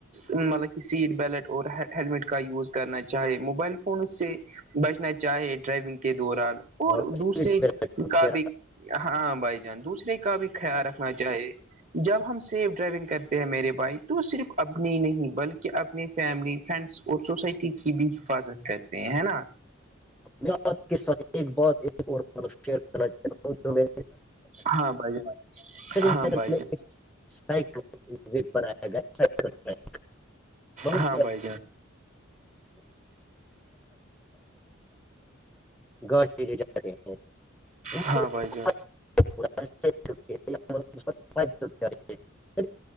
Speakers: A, on the right (about 35°); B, in the centre.
A: مطلب کہ سیٹ بیلٹ اور ہیلمٹ کا یوز کرنا چاہے موبائل فون سے بچنا چاہے ڈرائیونگ کے دوران اور
B: ہاں
A: دوسرے
B: بالکل۔
A: کا بھی ہاں بھائی جان دوسرے کا بھی خیال رکھنا چاہیے جب ہم سیف ڈرائیونگ کرتے ہیں میرے بائک تو وہ صرف اپنی نہیں بلکہ اپنی فیملی فرینڈس اور سوسائٹی کی بھی حفاظت کرتے ہیں ہے نا
B: میں آپ کے ساتھ ایک بات ایک اورل شیئر کرنا
A: ہاں بھائی جان
B: <unintelligible>
A: ہاں بھائی جان
B: مز بنایا گیا سائیکل ٹریک مطلب
A: ہاں بھائی جان
B: گاش جاے ہیں <unintelligible>
A: ہاں بھائی جان